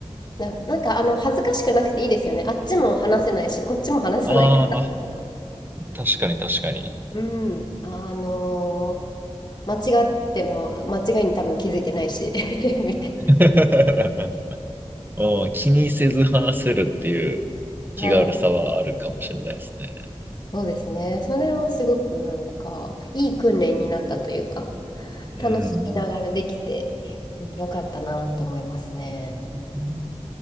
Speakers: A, on the left; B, on the right.
A: な、なんか、あの、恥ずかしくなくていいですよね。あっちも話せないし、こっちも話せないから。
B: ああ、確かに確かに。
A: うん。あのー間違っても、間違いに多分気づいてないし、<laughs> みたいな。
B: <laughs> うん気にせず話せるっていう気軽さはあるかもしれないですね。
A: はい。そうですね。それはすごくなんか、いい訓練になったというか、
B: うん
A: 楽しみながらできて、うんよかったなと思いますね。
B: うん。